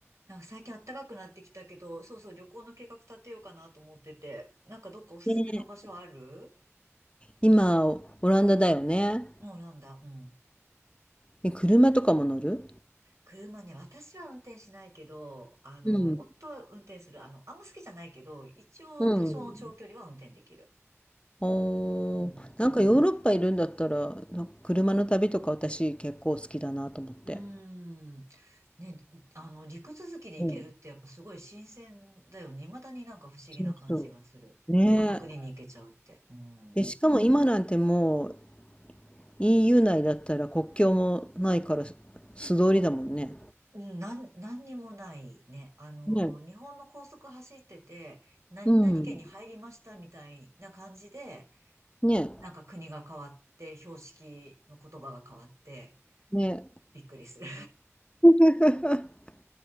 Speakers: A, on the right; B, on the left.
A: なんか最近暖かくなってきたけど、そうそう、旅行の計画立てようかなと思ってて、なんかどっかおすすめの場所ある
B: ねえ、今、オランダだよね。
A: もうなんだ、うん。
B: え、車とかも乗る
A: 車ね、私は運転しないけど、あの、
B: うん。
A: 夫は運転する。あの、あんま好きじゃないけど、一応多少の長距離は運転できる。
B: うん。おー、
A: うん。
B: なんかヨーロッパいるんだったら、な車の旅とか私結構好きだなと思って。
A: うーん。ね、あの、陸続きで行けるってやっぱすごい新鮮だよね。
B: うん。
A: 未だになんか不思議な感じがする。
B: そうそう。ねえ。
A: 他の国に行けちゃうって。うん。
B: で、しかも今なんてもう EU 内だったら国境もないから素素通りだもんね。
A: うん、なん、何にもないね。あのー、
B: ねえ。
A: 日本の高速走ってて、何々県に入りましたみたいな感じで、
B: うん。ね
A: なんか国が変わって、標識の言葉が変わって、
B: え。ねえ。
A: びっくりする。
B: <laughs>